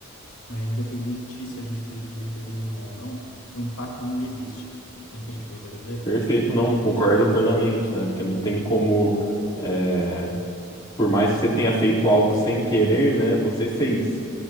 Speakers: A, on the left; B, on the left.
A: é, independente se a gente acredita em determinismo ou não, o impacto ainda existe. Você entende o que eu quero dizer?
B: perfeito, não, concordo plenamente, né? Porque não tem como. é, por mais que você tenha feito algo sem querer, né, você fez.